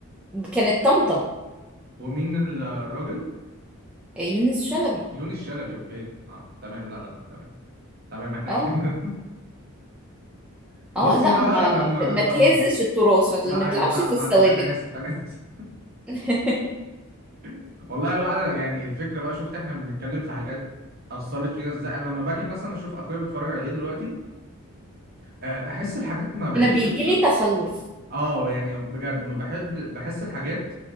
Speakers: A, in the centre; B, on the right (about 45°).
A: كانت طمطم
B: ومين الراجل
A: آه، يونس شلبي
B: يونس شلبي اوكي اه تمام لا لا لا تمام تمام احنا
A: اه
B: كده <laughs> بصي
A: اه لا
B: بقى
A: ما
B: لما
A: ما ما تهزش
B: اه
A: التراث ما تل-
B: لا
A: ما تلعبش
B: ايوه لا
A: في
B: معلش
A: الثوابت
B: انا اسف انا اسف
A: <laughs>
B: <laughs> والله بقى انا يعني الفكره بقى شفت احنا بنتكلم في حاجات اثرت فينا ازاي انا لما باجي مثلا اشوف اخويا بيتفرج على ايه دلوقتي آه بحس الحاجات ما بقتش
A: انا بيجي
B: ب...
A: لي تخلف
B: اه يعني بجد ما بحب بحس الحاجات